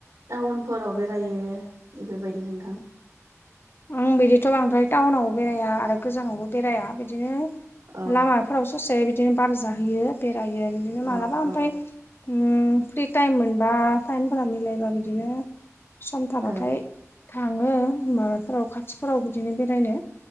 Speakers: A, on the right; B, on the left.
A: टाउनफोराव बेरायो बेफोरबायदि नोंथां
B: आं बिदिथ बांद्राय टाउनावबो बेराया आरो गोजानावबो बेराया बिदिनो
A: औ
B: लामाफोरावसो ससेया बिदिनो बार जाहोयो बेरायो बिदिनो मालाबा
A: औ
B: ओमफ्राय
A: औ
B: उम फ्रि टाइम मोनबा टाइमफोरा मिलायबा बिदिनो सम थाबाथाय
A: औ
B: थाङो माबाफोराव खाथिफोराव बिदिनो बेरायनो